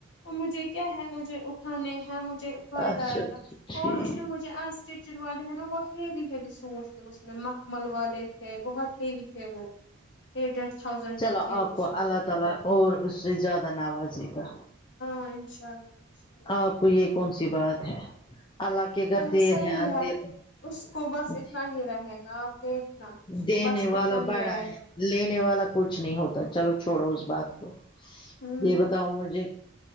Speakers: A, on the left; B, on the left.
A: مجھے کیا ہے مجھے اٹھانے ہیں مجھے فائدہ
B: اچھا
A: آئے
B: اچھا
A: گا
B: ٹھیک
A: اور اس میں مجھے جو انسٹچڈ والے ہیں نا وہ ہیوی ہیوی سوٹ تھے اس م میں مخمل والے تھے بہت ہیوی تھے وہ ایٹ ایٹ تھاؤزینڈ
B: چلو
A: کے تھے
B: آپ
A: وہ
B: کو
A: سوٹ
B: اللہ تعالی اور اس سے زیادہ نوازے گا
A: ہاں انشاء اللہ انشاء اللہ
B: آپ کو یہ کون سی بات ہے اللہ کے گھر
A: ہاں
B: دیر
A: صحیح
B: اندھیر
A: ہے اس کو بس
B: نہیں
A: اتنا ہی رہے گا آپ دیکھ ہاں اس
B: دینے
A: کو بس
B: والا
A: اتنا ہی
B: بڑا
A: رہے
B: ہے لینے والا کچھ نہیں ہوتا چلو چھوڑو اس بات کو
A: ہوں
B: یہ بتاؤ مجھے